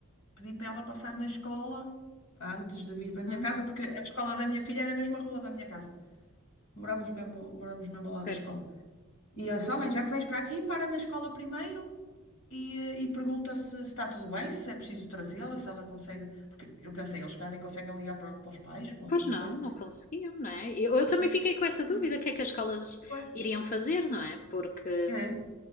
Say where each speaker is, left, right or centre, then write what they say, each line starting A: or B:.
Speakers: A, on the left; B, on the left.
A: Pedi para ela passar na escola antes de vir para
B: uhum,
A: a minha casa, porque a escola da minha filha era na mesma rua da minha casa. Moramos mesmo, moramos mesmo ao lado
B: pertinho.
A: da escola. E eu só, mãe, já que vens para aqui, para na escola primeiro e, eh, e pergunta se, se está tudo bem, se é preciso trazê-la, se ela consegue. Porque eu pensei, eles cá nem conseguem ligar para, para os pais ou alguma
B: Pois não,
A: coisa.
B: não conseguiam, não é? Eu, eu
A: E-
B: também fiquei com essa dúvida,
A: Sim.
B: o que é que as escolas
A: Pois.
B: iriam fazer, não é? Porque
A: É,